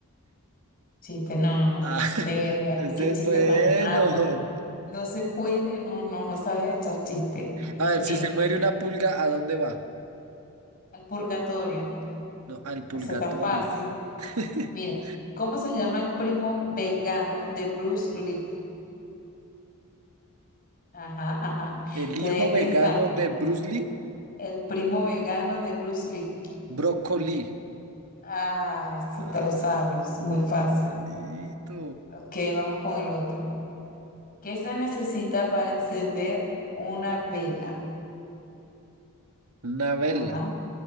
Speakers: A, on the left (about 40°); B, on the right (about 80°).
A: Chiste, no, no, no,
B: Ah,
A: no.
B: <laughs>
A: De verdad,
B: ese
A: que qué
B: es
A: chiste
B: bueno.
A: tan malo. No se puede, no, no, no sabes echar chiste.
B: A ver,
A: Mira,
B: si se muere una pulga, ¿a dónde va?
A: al purgatorio,
B: No, al pulgatorio.
A: o sea, está fácil.
B: <laughs>
A: Mira, ¿cómo se llama el primo vegano de Bruce Lee? Ajá, ajá.
B: El
A: Te
B: hijo
A: dejé
B: vegano
A: pensando.
B: de Bruce Lee,
A: El primo vegano de Bruce Lee.
B: brócoli.
A: Ah, se-
B: Ah,
A: te lo sabes, muy
B: pero
A: fácil.
B: malito.
A: Ok, vamos con el otro. ¿Qué se necesita para encender una vela?
B: Una vela.
A: Ajá,